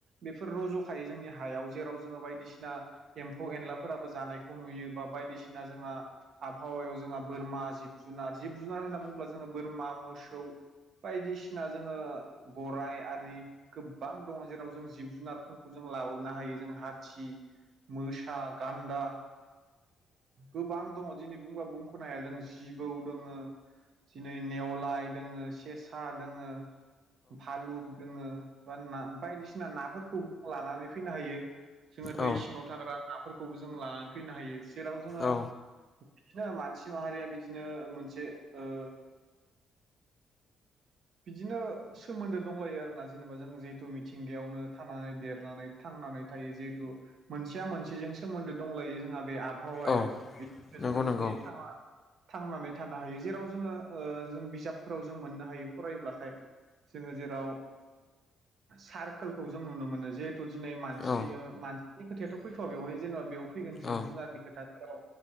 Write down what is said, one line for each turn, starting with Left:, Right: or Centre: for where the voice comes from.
Right: बेफोर रज' खायो जोंनि हायाव जेराव जोङो बायदिसिना एम्फौ-एनलाफोराबो जानायखौ नुयो बा बायदिसिना जोंहा आबहावायाव जोंहा बोरमा जिब-जुनार जिब-जुनार होनना बुङोब्ला जोङो बोरमा, मोसौ बायदिसिना जोङो गराय आरि गोबां दङ जेराव जों जिब-जुनारफोरखौ जों लाबोनो हायो जों हा सग मोसा, गान्दा गोबां दङ दिनै बुंबा बुंख'नो हाया जों जिबौ दोङो। दिनै नेवलाय दोङो, सेसा दोङो। भालुक दोङो बा ना बायदिसिना नाफोरखौ लानानै फैनो हायो। जोङो दै
Left: औ
Right: सिङाव थाग्रा नाफोरखौबो जों लानानै फैनो हायो जेराव जोङो
Left: औ
Right: बिदिनो मानसि माहारिया बिदिनो मोनसे ओ बिदिनो सोमोन्दो दंलायो आरोना जेनेबा जों जिहेथु मिथिंगायावनो थानानै देरनानै थांनानै थायो जिहेथु मोनसेया मोनसेजों सोमोन्दो दंलायो जोंहा बे आबहावायाव
Left: औ
Right: बेनिफ्राय
Left: नंगौ
Right: जोङो
Left: नंगौ
Right: दिनै थांना थांनानै थानो हायो जेराव जोङो ओ जों बिजाबफोराव जों मोननो हायो। फरायोब्लाथाय जोङो जेराव सारकोलखौ जों नुनो मोनो जिहेथु दिनै मानसि
Left: औ
Right: मानसिनि खोथायाथ' फैथ'वा बेवहाय जेनेबा बेयाव फैगोन जिब-जुनारनि
Left: औ
Right: खोथाफोराव